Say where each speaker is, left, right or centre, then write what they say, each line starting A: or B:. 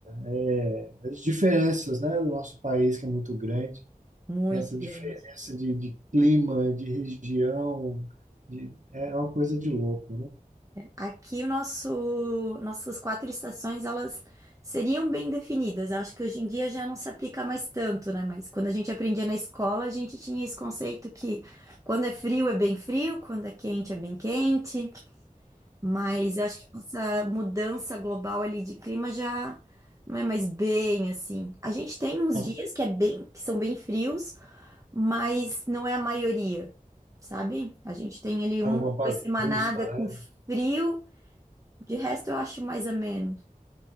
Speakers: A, on the right; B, on the right.
A: É, as diferenças, né, do nosso país que é muito grande.
B: muito
A: Essa
B: grande.
A: diferença de, de clima, de região, de, é é uma coisa de louco, né?
B: Aqui o nosso, nossas quatro estações, elas seriam bem definidas. Eu acho que hoje em dia já não se aplica mais tanto, né? Mas quando a gente aprendia na escola, a gente tinha esse conceito que quando é frio é bem frio, quando é quente é bem quente. Mas eu acho que com essa mudança global ali de clima já não é mais bem assim. A gente tem uns
A: Tá
B: dias que é bem, que são bem frios, mas não é a maioria, sabe? A gente tem ali
A: tá
B: uma,
A: uma
B: uma
A: bagunça,
B: semanada com
A: né?
B: frio. De resto, eu acho mais ou menos.